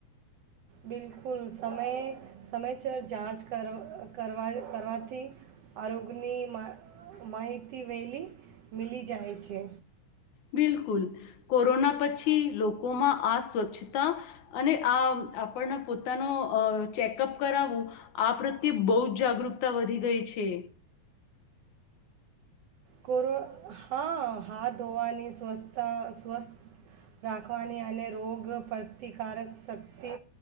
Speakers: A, on the right (about 80°); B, on the left (about 70°).
A: બિલકુલ, સમયે સમયસર જાંચ કર કરવા કરવાથી આરોગ્યની મા માહિતી વહેલી મીલી જાય છે.
B: બિલકુલ, કોરોના પછી લોકોમાં આ સ્વચ્છતા અને આ આપણને પોતાનો અહ ચેકઅપ કરાવવું, આ પ્રત્યે બહુ જ જાગૃતા વધી ગઈ છે.
A: કોરો હા હાથ ધોવાની સ્વસ્થા સ્વસ્થ રાખવાની અને રોગ પ્રતિકારક શક્તિ